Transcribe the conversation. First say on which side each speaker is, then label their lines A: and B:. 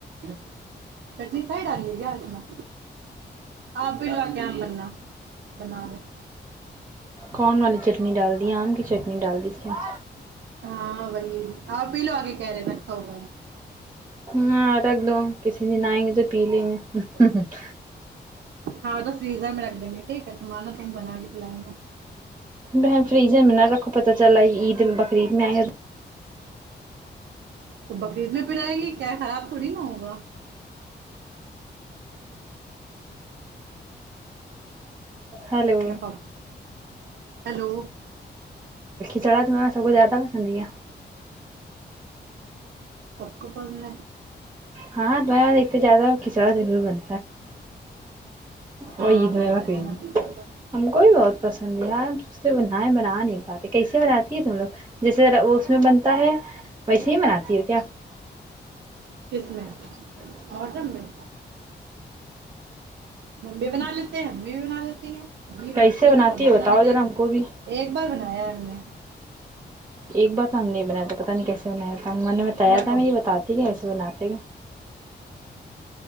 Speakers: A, on the right; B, on the right.
A: <unintelligible> چٹنی سی ڈال لی گج میں آپ بھی لو کے بننا بنا ل <unintelligible>
B: کون والی چٹنی ڈال دی آم کی چٹنی ڈال دی اس کیا <unintelligible>
A: ہاں بائی آپ پیلو آگے کہ رے رکھاؤ بائی <unintelligible>
B: ہاں رکھ دو کسی د نہائیں گے تو پی لیں گے <unintelligible> ہوں ہ <unintelligible>
A: ہاں تو فزر میں رکھ دیں گے ٹھیک ہے تمہار نہ ت بنا گ پلائیں گے
B: بہن فریج میں نہ رکھو پت چل عید بقرعید میں آئے
A: تو بکرید میں پ آائے گی کیا خراب تھوڑی نا ہوگا
B: ہیلو
A: ہاں ہلو
B: چڑ میں سب کو زیادہ پسند کیا
A: ک بند
B: ہاں دائیں دھتے زیادہ کھچڑارور بن
A: ہاں
B: اور عید
A: بنتا
B: ہو ہے بقرریید
A: نا ٹھیک ہے
B: ہم کو بھی بہت پسند سے بن بنا نہیں پاتے کیسے بناتی ہے تم لوگ جیسےذرا اس میں بنتا ہے ویسے ہی بناتی ہو کیا
A: کس میں
B: ہم
A: مٹ میں م بھی بنا لیتے ہیں امی بھی بنا لیتی ہیں امی
B: کیسے
A: بناتے
B: بناتی
A: تھ تھے تو ہم بھی
B: ہو بتاؤ
A: بنا لیتے
B: ذرا
A: ایک ب
B: ہم کو بھی
A: ایک بار بنایا ہے ہم نے
B: ایک بار تو ہم نہیں بنایا تو پتا نہیں کیسے بنایا تھا میں نے بتایا
A: ہ رکھو
B: تھا میں یہ بتااتی کہسے بناتے ہیں